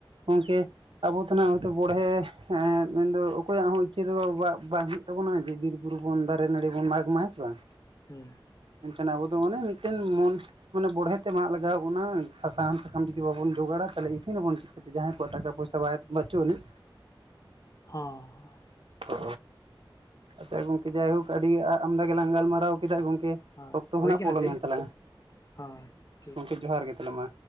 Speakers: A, on the right (about 80°); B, on the left (about 40°).
A: ᱜᱚᱝᱠᱮ ᱟᱵᱚ ᱛᱚ ᱱᱟᱦᱟᱸᱜ ᱦᱚᱭᱛᱚ ᱵᱚᱲ ᱦᱮ ᱮᱸᱫ ᱢᱮᱱ ᱫᱚ ᱚᱠᱚᱭᱟᱜ ᱦᱚᱸ ᱤᱪᱪᱷᱟᱹ ᱫᱚ ᱵᱟ ᱵᱟᱝ ᱦᱩᱭᱩᱜ ᱛᱟᱹᱵᱩᱱᱟ ᱡᱮ ᱵᱤᱨ ᱵᱩᱨᱩ ᱵᱚᱱ ᱫᱟᱨᱮ ᱱᱟᱹᱲᱤ ᱵᱚᱱ ᱢᱟᱜᱽ ᱢᱟ ᱦᱮᱸ ᱥᱮ ᱵᱟᱝ᱾
B: ᱦᱩᱸ᱾
A: ᱢᱮᱱᱠᱷᱟᱱ ᱟᱵᱚ ᱫᱚ ᱚᱱᱮ ᱢᱤᱫᱴᱮᱱ ᱢᱚᱱ ᱢᱟᱱᱮ ᱵᱚᱲᱦᱮ ᱛᱮ ᱢᱟᱜ ᱞᱟᱜᱟᱣ ᱵᱚᱱᱟ ᱥᱟ ᱥᱟᱦᱟᱱ ᱥᱟᱠᱟᱢ ᱡᱩᱫᱤ ᱵᱟᱵᱚᱱ ᱡᱚᱜᱟᱲᱟ ᱛᱟᱦᱚᱞᱮ ᱤᱥᱤᱱᱟ ᱵᱚᱱ ᱪᱤᱠ ᱠᱟᱹ ᱛᱮ ᱡᱟᱦᱟᱸᱭ ᱠᱚᱣᱟᱜ ᱴᱟᱠᱟ ᱯᱚᱭᱥᱟ ᱵᱟᱭ ᱵᱟᱪᱩᱜ ᱟᱹᱱᱤᱡ᱾
B: ᱦᱚᱸ᱾
A: ᱚ ᱟᱪᱪᱷᱟ ᱜᱚᱝᱠᱮ ᱡᱟᱭ ᱦᱳᱠ ᱟᱹᱰᱤ ᱟ ᱟᱢ ᱫᱟ ᱜᱮᱞᱟᱝ ᱜᱟᱞᱢᱟᱨᱟᱣ ᱠᱮᱫᱟ ᱜᱚᱝᱠᱮ᱾
B: ᱦᱳᱭ
A: ᱚᱠᱛᱚ ᱦᱚ
B: ᱦᱳᱭ
A: ᱱᱟᱦᱟᱸᱜ
B: ᱠᱟᱱᱟ
A: ᱯᱚᱞᱚᱢᱮᱱ
B: ᱴᱤ
A: ᱛᱟᱞᱟᱝᱟ
B: ᱦᱚᱸ ᱴᱷᱤᱠ
A: ᱜᱚᱝᱠᱮ ᱡᱚᱦᱟᱨ ᱜᱮ ᱛᱟᱦᱚᱞᱮ ᱢᱟ᱾